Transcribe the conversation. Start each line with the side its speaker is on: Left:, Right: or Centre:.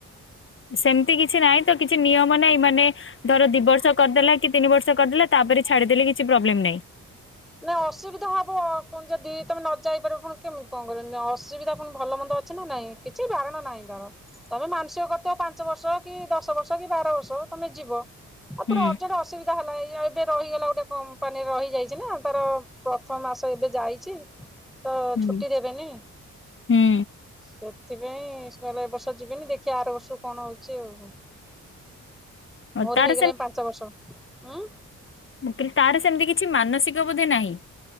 Left: ସେମତି କିଛି ନାହିଁ ତ କିଛି ନିୟମ ନାଇଁ ମାନେ ଧର ଦି ବର୍ଷ କରିଦେଲା କି ତିନି ବର୍ଷ କରିଦେଲା ତାପରେ ଛାଡ଼ିଦେଲେ କିଛି ପ୍ରୋବ୍ଲେମ ନାଇଁ।
Centre: ନାଇଁ ଅସୁବିଧା ହବ କଣ ଯଦି ତମେ ନ ଯାଇପାରିବ ପୁଣି କେମିତି କଣ କରିବ? ଅସୁବିଧା ପୁଣି ଭଲ ମନ୍ଦ ଅଛି ନା ନାଇଁ କିଛି ବାରଣ ନାହିଁ ତାର। ତମେ ମାନସିକ କରିଥିବ ପାଞ୍ଚ ବର୍ଷ କି ଦଶ ବର୍ଷ କି ବାର ବର୍ଷ ତମେ ଯିବ ଆଉ ପୁରା
Left: ହୁଁ
Centre: ଅରଜେଣ୍ଟ ଅସୁବିଧା ହେଲା ଏଇ ଏବେ ରହିଗଲା ଗୋଟେ କମ୍ପାନୀରେ ରହିଯାଇ ଚି ନା ତାର ପ୍ରଥମ ମାସ ଏବେ ଯାଇଚି ତ
Left: ହୁଁ
Centre: ଛୁଟି ଦେବେନି,
Left: ହୁଁ
Centre: ସେ ସେଥିପାଇଁ ସିଏ କହିଲା ଏ ବର୍ଷ ଯିବିନି ଦେଖିଆ ଆର ବର୍ଷରୁ କଣ ହଉଛି ଆଉ?
Left: ଆଉ
Centre: ମୋର
Left: ତାର
Centre: ହେଇଗଲାଇଁ ପାଞ୍ଚ ବର୍ଷ। ଉଁ
Left: କିନ୍ତୁ ତାର ସେମତି କିଛି ମାନସିକ ବୋଧେ ନାହିଁ।